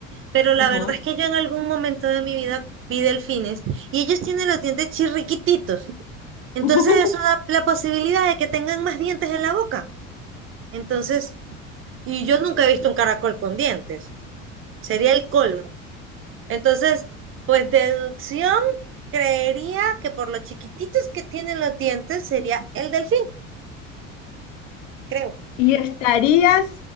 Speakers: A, on the right; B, on the left.
A: pero la
B: Ujú.
A: verdad es que yo en algún momento de mi vida vi delfines y ellos tienen los dientes chirriquititos. Entonces
B: <laughs>
A: eso da la posibilidad de que tengan más dientes en la boca. Entonces, y yo nunca he visto un caracol con dientes. Sería el colmo. Entonces, pues deducción, creería que por lo chiquititos que tienen los dientes sería el delfín, creo.
B: Y estarías